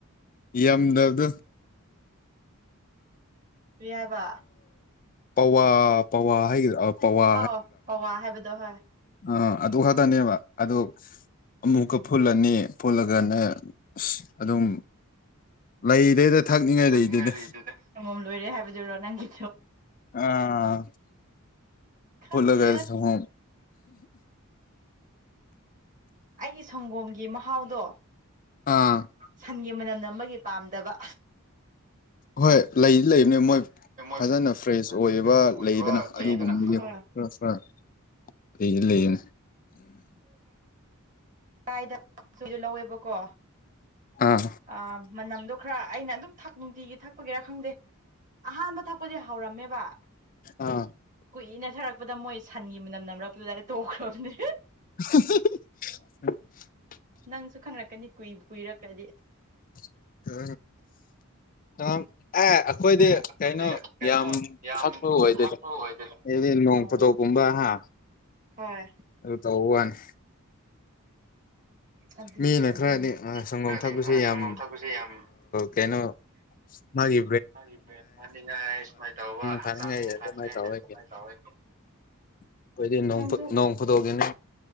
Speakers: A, on the left (about 40°); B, on the right (about 40°).
A: ꯌꯥꯝꯗꯔꯗꯨ
B: ꯍꯕ
A: ꯄꯋꯥ ꯄꯋꯥ ꯍꯥꯏꯒꯗ꯭ꯔꯥ ꯄꯋꯥ
B: ꯍꯥꯎ ꯄꯧꯋꯥ ꯍꯥꯏꯕꯗꯣ ꯍꯣꯏ
A: ꯑ ꯑꯗꯨ ꯈꯛꯇꯅꯦꯕ ꯑꯗꯣ ꯑꯃꯨꯛꯀ ꯐꯨꯠꯂꯅꯤ ꯐꯨꯜꯂꯒꯅ ꯑꯗꯨꯝ ꯂꯩꯗꯦꯗ ꯊꯛꯅꯤꯡꯉꯥꯏ
B: ꯊꯅꯤꯡꯉꯥꯏ
A: ꯂꯩꯗꯦꯗ
B: ꯂꯩꯪꯉꯣꯝ ꯂꯣꯏꯔꯦ ꯍꯥꯏꯕꯗꯨꯔꯣ ꯅꯪꯒꯤ
A: ꯑꯥ
B: ꯈꯪꯗ꯭ꯔꯦ
A: ꯐꯂꯣꯒ ꯍ
B: ꯑꯁ ꯑꯩꯒꯤ ꯁꯪꯒꯣꯝꯒꯤ ꯃꯍꯥꯎꯗꯣ
A: ꯑꯥ
B: ꯁꯟꯒꯤ ꯃꯅꯝ ꯅꯝꯕꯒꯤ ꯄꯥꯝꯗꯕ
A: ꯍꯣꯏ ꯂꯩ ꯂꯩꯕꯅꯦ ꯃꯣꯏ
B: ꯃꯣꯏ
A: ꯐꯖꯅ ꯐ꯭ꯔꯦꯁ
B: ꯐꯖꯅ
A: ꯑꯣꯏꯕ
B: ꯐ꯭ꯔꯦꯁ ꯑꯣꯏꯕ
A: ꯂꯩꯗꯅ
B: ꯂꯩꯗꯅ
A: ꯑꯗꯨꯒꯨꯝꯕ
B: ꯑꯗꯨ
A: ꯌ ꯐꯔ ꯐꯔ ꯂꯩ ꯂꯩꯅꯤ
B: ꯀꯥꯏꯗꯣꯏꯁꯨ ꯂꯧꯋꯦꯕꯀꯣ
A: ꯑꯥ
B: ꯑ ꯃꯅꯝꯗꯣ ꯈꯔ ꯑꯩꯅ ꯑꯗꯨꯝ ꯊꯛ ꯅꯨꯡꯇꯤꯒꯤ ꯊꯛ ꯊꯄꯒꯤꯦꯔꯥ ꯈꯪꯗꯦ ꯑꯍꯥꯟꯕ ꯊꯛꯄꯗꯤ ꯍꯧꯔꯝꯃꯦꯕ
A: ꯑꯥ ꯎꯝ
B: ꯀꯨꯏꯅ ꯊꯔꯛꯄ ꯂꯄꯗ ꯃꯣꯏ ꯁꯟꯒꯤ ꯃꯅꯝ ꯅꯝꯔꯛꯄꯗꯨꯗ ꯇꯣꯛꯈ꯭ꯔꯕꯅꯦ
A: <unintelligible>
B: ꯅꯪꯁꯨ ꯈꯪꯂꯛꯀꯅꯤ ꯀꯨꯏ ꯀꯨꯏꯔꯛꯈ꯭ꯔꯗꯤ
A: ꯑ ꯑ ꯑꯦ ꯑꯩꯈꯣꯏꯗꯤ
B: ꯑꯦ ꯑꯩꯈꯣꯏꯗꯤ
A: ꯀꯩꯅꯣ
B: ꯀꯩꯅꯣ
A: ꯌꯥꯝ
B: ꯌꯥꯝ
A: ꯊꯛꯄ ꯑꯣꯏꯗꯦꯗ
B: ꯊꯛꯄ ꯑꯣꯏꯗꯦꯗ
A: ꯍꯥꯏꯗꯤ ꯅꯣꯡ
B: ꯑꯣ
A: ꯐꯣꯊꯣꯛꯀꯨꯝꯕ ꯇꯝꯕ ꯍꯥ
B: ꯍꯣꯏ
A: ꯑꯗꯨ ꯇꯧ ꯋꯥꯅꯤ
B: ꯑꯗꯨꯗꯤ
A: ꯃꯤꯅ
B: ꯑꯗꯨꯅꯦ
A: ꯈꯔꯗꯤ ꯁꯪꯒꯣꯝ
B: ꯈꯔꯗꯤ
A: ꯊꯛꯄꯁꯦ ꯌꯥꯝ
B: ꯁꯪꯒꯣꯝ ꯊꯛꯄꯁꯦ ꯌꯥꯝ
A: ꯀꯩꯅꯣ ꯍꯥꯏꯦ
B: ꯍꯥꯏ ꯐꯥꯅꯤꯡꯉꯥꯏ ꯁꯨꯃꯥꯏꯅ ꯇꯧꯕ ꯍꯛꯆꯥꯡ
A: ꯐꯅꯤꯡꯉꯥꯏ ꯑꯗꯨꯃꯥꯏꯅ
B: ꯐꯅꯤꯡꯉꯥꯏ
A: ꯇꯧꯔꯒꯦ
B: ꯀꯃꯥꯏꯅ ꯇꯧ ꯑꯩ
A: ꯑꯩꯈꯣꯏꯗꯤ ꯅꯣꯡ
B: ꯅꯪꯁꯨ
A: ꯅꯣꯡ ꯐꯨꯗꯣꯛꯒꯤꯅꯤ